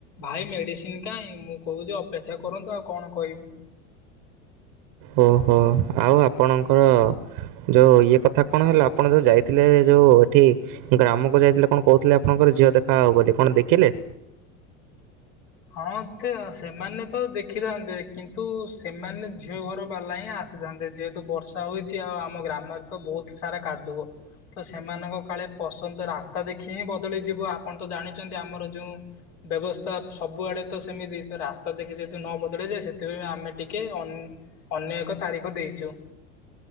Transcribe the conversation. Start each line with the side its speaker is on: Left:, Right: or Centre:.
Left: ଭାଇ ମେଡିସିନ କାହିଁ ମୁଁ କହୁଛି ଅପେକ୍ଷା କରନ୍ତୁ ଆଉ କଣ କହିବି।
Right: ଓହୋ ଆଉ ଆପଣଙ୍କର ଯୋଉ ଇଏ କଥା କଣ ହେଲା ଆପଣ ଯୋଉ ଯାଇଥିଲେ ଯୋଉ ଏଠି ଗ୍ରାମକୁ ଯାଇଥିଲେ କଣ କହୁଥିଲେ ଆପଣଙ୍କର ଝିଅ ଦେଖାହବ ବୋଲି କଣ ଦେଖିଲେ?
Left: ହଁ ତେ ସେମାନେ ତ ଦେଖିଥାନ୍ତେ କିନ୍ତୁ ସେମାନେ ଝିଅ ଘର ବାଲା ହିଁ ଆ ଆସିଥାନ୍ତେ ଯେହେତୁ ବର୍ଷା ହୋଇଛି ଅ ଆଉ ଆମ ଗ୍ରାମରେ ତ ବହୁତୁ ସାରା କାଦୁଅ। ତ ସେମାନଙ୍କ କାଳେ ପସନ୍ଦ ରାସ୍ତା ଦେଖି ହିଁ ବଦଳିଯିବ ଆପଣ ତ ଜାଣିଛନ୍ତି ଆମର ଯୋଉ ବ୍ୟବସ୍ଥା ସବୁଆଡେ ତ ସେମିତି ତ ରାସ୍ତା ଦେଖି ଯେହେତୁ ନ ବଦଳିଯାଏ ସେ ତେବେ ଆମେ ଟିକେ ଅନ ଅନ୍ଯ ଏକ ତାରିଖ ଦେଇଚୁ।